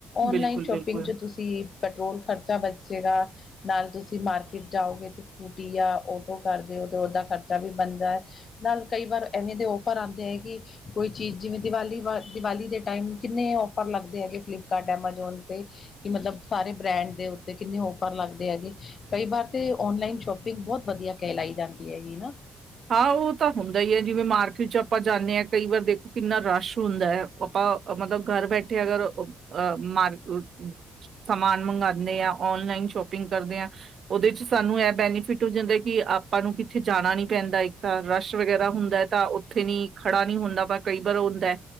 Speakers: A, on the left; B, on the right.
A: ਓਨਲਾਈਨ
B: ਬਿਲਕੁਲ
A: ਸ਼ੋਪਿੰਗ
B: ਬਿਲਕੁਲ
A: 'ਚ ਤੁ ਤੀ ਪੈਟਰੋਲ ਖਰਚਾ ਬਚ ਜੇਗਾ। ਨਾਲ ਤੁਸੀ ਮਾਰਕੀਟ ਜਾਓਗੇ ਸਕੂਟੀ ਜਾਂ ਆਟੋ ਕਰਦੇ ਓ ਤੇ ਓਦਾ ਖਰਚਾ ਵੀ ਬਨਦੈ। ਨਾਲ ਕਈ ਵਾਰ ਐਵੇਂ ਦੇ ਓਫਰ ਆਂਦੇ ਐ ਕਿ ਕੋਈ ਚੀਜ਼ ਜਿਵੇਂ ਦੀਵਾਲੀ ਵਾ ਦੀਵਾਲੀ ਦੇ ਟਾਈਮ ਕਿੰਨੇ ਓਫਰ ਲੱਗਦੇ ਹੈਗੇ ਫਲਿੱਪਕਾਰਟ, ਐਮਾਜੋਨ ਤੇ ਕਿ ਮਤਲਬ ਸਾਰੇ ਬ੍ਰੈਂਡ ਦੇ ਉੱਤੇ ਕਿੰਨੇ ਓਫਰ ਲੱਗਦੇ ਹੈਗੇ। ਕਈ ਵਾਰ ਤੇ ਓਨਲਾਈਨ ਸ਼ੋਪਿੰਗ ਬੋਤ ਵਧੀਆ ਕੈਹਲਾਈ ਜਾਂਦੀ ਹੈਗੀ ਨਾ।
B: ਹਾਂ ਓ ਤਾਂ ਹੁੰਦਾ ਈ ਏ ਜਿਵੇਂ ਮਾਰਕੀਟ 'ਚ ਆਪਾਂ ਜਾਂਨੇ ਐ ਕਈ ਵਾਰ ਦੇਖੋ ਕਿੰਨਾ ਰਸ਼ ਹੁੰਦੈ ਓ ਆਪਾਂ ਮਤਲਬ ਘਰ ਬੈਠੇ ਅਗਰ ਓ ਅ ਮਾਰ ਹ ਸਮਾਨ ਮੰਗਾਨੇ ਆ, ਓਨਲਾਈਨ ਸ਼ੋਪਿੰਗ ਕਰਦੇ ਆਂ ਓਦੇ 'ਚ ਸਾਨੂੰ ਐ ਬੈਨੀਫਿਟ ਹੋ ਜਾਂਦੈ ਕਿ ਆਪਾਂ ਨੂੰ ਕਿੱਥੇ ਜਾਣਾ ਨੀ ਪੈਂਦਾ ਇੱਕ ਤਾਂ, ਰਸ਼ ਵਗੈਰਾ ਹੁੰਦਾ ਐ ਤਾਂ ਓਥੇ ਨੀ ਖੜਾ ਨੀ ਹੁੰਦਾ ਵਾ ਕਈ ਬਾਰ ਹੁੰਦੈ